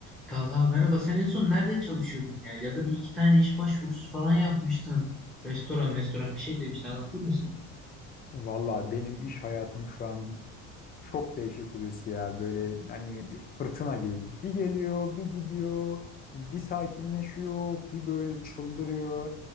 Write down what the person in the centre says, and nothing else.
Talha merhaba. Sen en son nerede çalışıyordun ya? Ya da bir iki tane iş başvurusu falan yapmıştın. Restoran, restoran bir şey demiştin. Anlatır mısın?